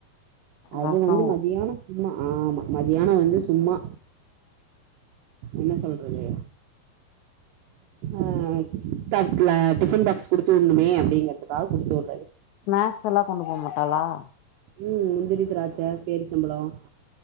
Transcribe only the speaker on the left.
ரசோ
ஸ்நாக்ஸ் எல்லாம் கொண்டு போக மாட்டோ பலம்